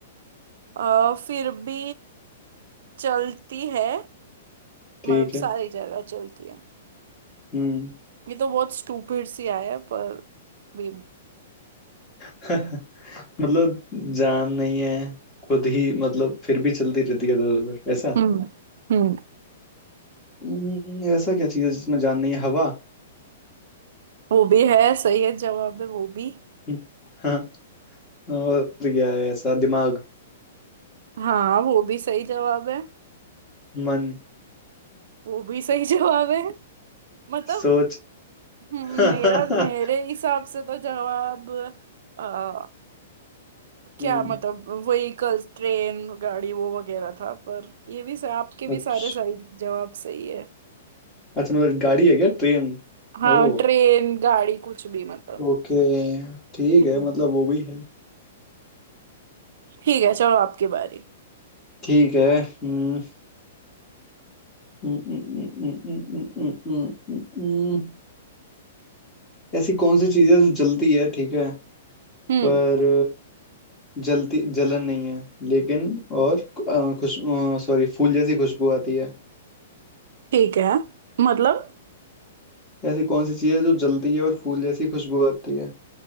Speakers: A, on the right (about 65°); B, on the left (about 20°).
A: अ, फिर भी चलती है
B: ठीक
A: मतलब
B: है
A: सारी जगह चलती है
B: हम्म
A: ये तो बहुत स्टूपिड सी आया है पर भी
B: <laughs> मतलब जान नहीं है खुद ही मतलब फिर भी चलती रहती है इधर उधर ऐसा
A: हम्म हम्म
B: हम्म, ऐसा क्या चीज है जिसमें जान नहीं है हवा
A: वो भी है सही है जवाब है वो भी
B: हम्म, हाँ और क्या है ऐसा दिमाग
A: हाँ वो भी सही जवाब है
B: मन
A: वो भी सही <laughs> जवाब है मतलब
B: सोच
A: हम्म,
B: <laughs>
A: मेरा मेरे हिसाब से तो जवाब अ, क्या
B: हम्म
A: मतलब व्हीकल्स ट्रेन गाड़ी वो वगैरह था पर ये भी स- आपके भी
B: अच्छा
A: सारे सही जवाब सही है
B: अच्छा मतलब गाड़ी है क्या ट्रेन
A: हाँ
B: Oh
A: ट्रेन गाड़ी कुछ भी मतलब
B: okay ठीक
A: हम्म
B: है मतलब वो भी है
A: ठीक है चलो आपकी बारी
B: ठीक है हम्म, हम्म, हम्म, हम्म, हम्म, हम्म, हम्म, हम्म, हम्म, हम्म, ऐसी कौन सी चीज है जो जलती है ठीक है
A: हम्म
B: पर जलती जलन नहीं है लेकिन और अ, खुश सॉरी फूल जैसी खुशबू आती है
A: ठीक है मतलब
B: ऐसी कौन सी चीज है जो जलती है और फूल जैसी खुशबू आती है